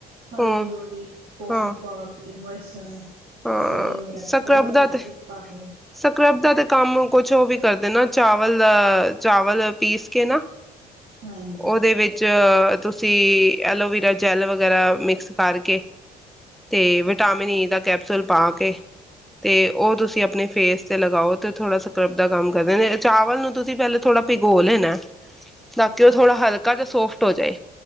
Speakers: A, on the right; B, in the centre.
A: ਹਲਦੀ-ਹੁਲਦੀ
B: ਹਾਂ
A: ਕੌਫੀ
B: ਹਾਂ
A: ਪਾ ਕੇ ਹੋਈ। <unintelligible>
B: ਹਾਂ
A: ਦਈ ਵਗੈਰਾ
B: ਸਕਰਬ
A: ਉਹਦਾ <unintelligible>
B: ਦਾ ਤੇ
A: ਪਾ ਕੇ
B: ਸਕਰਬ ਦਾ ਤੇ ਕੰਮ ਕੁਛ ਉਹ ਵੀ ਕਰਦੇ ਨਾ ਚਾਵਲ, ਚਾਵਲ ਪੀਸ ਕੇ ਨਾ
A: ਹਾਂਜੀ
B: ਉਹਦੇ ਵਿੱਚ ਤੇ ਤੁਸੀਂ ਐਲੋਵਰਾ ਜੈਲ ਵਗੈਰਾ ਮਿਕਸ ਕਰਕੇ ਤੇ
A: ਅੱਛਾ
B: ਵਿਟਾਮਿਨ ਈ ਦਾ ਕੈਪ ਸੂਲ ਪਾ ਕੇ ਤੇ ਉਹ ਤੁਸੀਂ ਆਪਣੇ ਫੇਸ ਤੇ ਲਗਾਓ ਤੇ ਥੋੜਾ ਸਕ ਸਕ੍ਰਬ ਦਾ ਕੰਮ ਕਰਦੇ ਨੇ, ਚਾਵਲ ਨੂੰ ਤੁਸੀਂ ਪਹਿਲੇ ਥੋੜਾ ਪਿਗੋ ਲੈਣਾ ਏ।
A: ਹਮ
B: ਬਾਕੀ ਉਹ ਥੋੜ੍ਹਾ
A: ਹਾਂ
B: ਹਲਕਾ ਜਾਂ ਸੋਫਟ ਹੋ ਜਾਏ,